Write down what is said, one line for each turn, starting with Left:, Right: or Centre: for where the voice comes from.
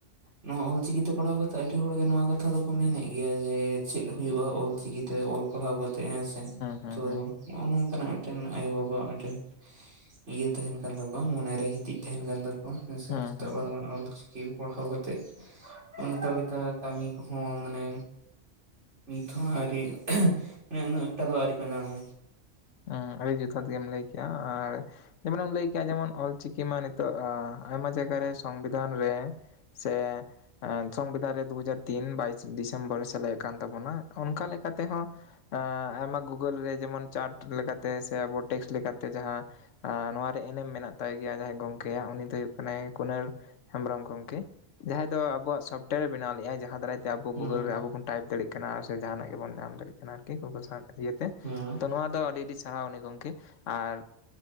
Right: ᱱᱚᱣᱟ ᱚᱞᱪᱤᱠᱤᱛᱮ ᱯᱟᱲᱦᱟᱣ ᱠᱟᱛᱮᱜ ᱟᱹᱰᱤ ᱦᱚᱲᱜᱮ ᱱᱚᱣᱟ ᱠᱟᱛᱷᱟ ᱫᱚᱠᱚ ᱢᱮᱱᱮᱫ ᱜᱮᱭᱟ ᱡᱮ ᱪᱮᱫ ᱦᱩᱭᱩᱜᱼᱟ ᱚᱞᱪᱤᱠᱤ ᱛᱮ ᱚᱞ ᱯᱟᱲᱦᱟᱣ ᱠᱟᱛᱮᱜ ᱦᱮᱸᱥᱮ
Left: ᱦᱩᱸ
Right: ᱛᱚ
Left: ᱦᱩᱸ
Right: ᱱᱚᱜᱼᱚ ᱱᱚᱝᱠᱟᱱᱟᱜ ᱢᱤᱫᱴᱮᱱ ᱟᱭᱳᱼᱵᱟᱵᱟᱣᱟᱜ ᱢᱤᱫᱴᱮᱱ ᱤᱭᱟᱹ ᱛᱟᱦᱮᱱ ᱠᱟᱱ ᱛᱟᱠᱚᱣᱟ ᱢᱚᱱᱮ ᱨᱮ ᱦᱤᱫᱤᱡ ᱛᱟᱦᱮᱱ ᱠᱟᱱ ᱛᱟᱠᱚᱣᱟ ᱦᱮᱸᱥᱮ
Left: ᱦᱩᱸ
Right: ᱪᱮᱫᱟᱜ
Left: ᱦᱩᱸ ᱦᱩᱸ
Right: ᱵᱟᱝ ᱚᱞ ᱪᱤᱠᱤ ᱯᱟᱲᱦᱟᱣ ᱠᱟᱛᱮᱜ ᱚᱱᱠᱟ ᱞᱮᱠᱟ ᱠᱟᱹᱢᱤ ᱠᱚᱦᱚᱸ ᱢᱟᱱᱮ ᱱᱤᱛᱦᱚᱸ ᱟᱹᱨᱤ ᱢᱟᱱᱮ ᱩᱱᱟᱹᱜ ᱮᱠᱴᱟ ᱫᱚ ᱟᱹᱣᱨᱤ ᱠᱚ ᱧᱟᱢᱟ
Left: ᱚ ᱟᱹᱰᱤ ᱡᱚᱛᱷᱟᱛ ᱜᱮᱢ ᱞᱟᱹᱭ ᱠᱮᱼᱟ ᱟᱨ ᱡᱮᱢᱚᱱᱮᱢ ᱞᱟᱹᱭ ᱠᱮᱜᱼᱟ ᱡᱮᱢᱚᱱ ᱚᱞᱪᱤᱠᱤ ᱢᱟ ᱱᱤᱛᱚᱜ ᱟᱭᱢᱟ ᱡᱟᱭᱜᱟ ᱨᱮ ᱥᱚᱝᱵᱤᱫᱷᱟᱱ ᱨᱮ ᱥᱮ ᱥᱚᱝᱵᱤᱫᱷᱟᱱ ᱨᱮ ᱫᱩᱦᱟᱡᱟᱨ ᱛᱤᱱ ᱵᱟᱭᱤᱥ ᱰᱤᱥᱮᱢᱵᱚᱨ ᱥᱮᱞᱮᱫ ᱠᱟᱱ ᱛᱟᱵᱚᱱᱟ ᱚᱱᱠᱟ ᱞᱮᱠᱟ ᱛᱮᱦᱚᱸ ᱮ ᱟᱭᱢᱟ ᱜᱩᱜᱳᱞ ᱨᱮ ᱡᱮᱢᱚᱱ ᱪᱟᱴ ᱞᱮᱠᱟᱛᱮ ᱥᱮ ᱟᱵᱚ ᱴᱮᱠᱥ ᱞᱮᱠᱟᱛᱮ ᱡᱟᱦᱟᱸ ᱟ ᱱᱚᱣᱟᱨᱮ ᱮᱱᱮᱢ ᱢᱮᱱᱟᱜ ᱛᱟᱭ ᱜᱮᱭᱟ ᱡᱟᱦᱟᱸᱭ ᱜᱚᱝᱠᱮ ᱭᱟᱜ ᱩᱱᱤ ᱫᱚᱭ ᱦᱩᱭᱩᱜ ᱠᱟᱱᱟᱭ ᱠᱩᱱᱟᱹᱨ᱾ ᱦᱮᱢᱵᱨᱚᱢ ᱜᱚᱝᱠᱮ ᱡᱟᱦᱟᱸᱭ ᱫᱚ ᱟᱵᱚᱣᱟᱜ ᱥᱚᱯᱴᱮᱭᱟᱨ ᱮ ᱵᱮᱱᱟᱣ ᱞᱮᱜᱟᱭ ᱡᱟᱦᱟᱸ ᱫᱟᱨᱟᱭ ᱛᱮ ᱟᱵᱚ
Right: ᱦᱩᱸ
Left: ᱜᱩᱜᱳᱞ ᱨᱮ ᱟᱵᱚ ᱵᱚᱱ ᱴᱟᱭᱤᱯ ᱫᱟᱲᱮᱭᱟᱜ ᱠᱟᱱᱟ ᱥᱮ ᱡᱟᱦᱱᱟᱜ ᱜᱮᱵᱚᱱ ᱧᱟᱢ ᱫᱟᱲᱮᱭᱟᱜ ᱠᱟᱱᱟ ᱟᱨᱠᱤ ᱜᱩᱜᱚᱞ ᱥᱟᱴ ᱤᱭᱟᱹᱛᱮ
Right: ᱦᱩᱸ
Left: ᱛᱚ ᱱᱚᱣᱟ ᱫᱚ ᱰᱤ ᱰᱤ ᱥᱟᱨᱦᱟᱣ ᱩᱱᱤ ᱜᱚᱝᱠᱮ ᱟᱨ